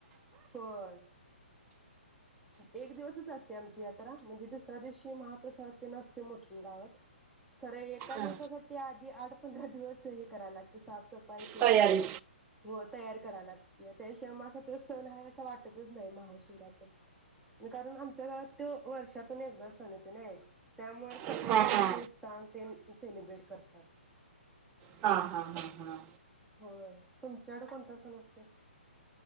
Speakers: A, in the centre; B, on the right.
A: होय एक दिवसच असते आमची यात्रा म्हणजे, दुसऱ्या दिवशी महाप्रसाद ते नसते, मोठी गावात खर एका
B: हा,
A: दिवसासाठी आधी आठ पंधरा दिवस हे करा लागते साफसफाई, तेन
B: तयारी.
A: हो तयार करायला लागते त्याशिवाय असा त सण आहे. असं वाटतच नाही महाशिवरात्र आणि कारण आमच्या गावात त वर्षातून एकदा सण येते नाही. त्यामुळे सगळे
B: हा
A: जण
B: हा
A: असे उह ते सेलिब्रेट करतात.
B: हा हा हा हा
A: होय तुमच्याकड कोणत सन असतोय.